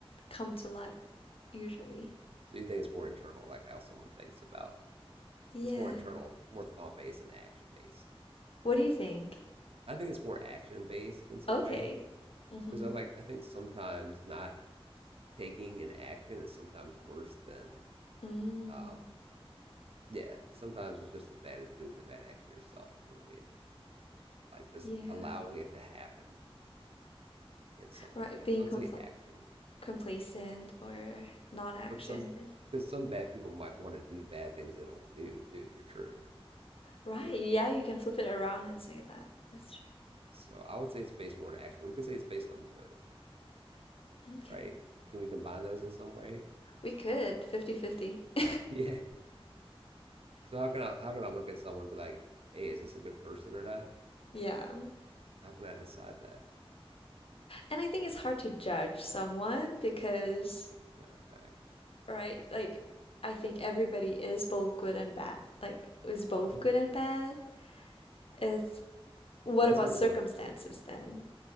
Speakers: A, on the left; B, on the right.
A: come to light usually.
B: so you think it's more internal, like how someone thinks about.
A: Yeah.
B: It's more internal, more thought based and action based.
A: What do you think?
B: I think it's more action based in some
A: Okay.
B: way
A: Mm-hmm.
B: because I like I think sometimes not taking an action is sometimes worse than
A: Mm,
B: um yeah sometimes it's just as bad as doing the bad action yourself is what I mean like just
A: yeah.
B: allowing it to happen in some
A: Right,
B: way
A: being
B: so I'd
A: compl
B: say action
A: complacent or non-action
B: but some
A: is
B: because some bad people might want to do bad things they don't do too you're true
A: right.
B: you're right
A: Yeah,
B: about
A: you
B: that
A: can flip it around and say that. That's true.
B: so I would say it's based more on action we can say it's based on both
A: Okay.
B: right can we combine those in some way
A: We could fifty-fifty. <laughs>
B: <laughs> yeah so how can I how can I look at someone and be like hey is this a good person or not
A: Yeah.
B: How can I decide that?
A: And I think it's hard to judge someone because,
B: Okay.
A: right, like I think everybody is both good and bad. Like is both
B: Oh,
A: good
B: okay.
A: and bad. It's what
B: Well, that's
A: about
B: an important
A: circumstances
B: distinction.
A: then,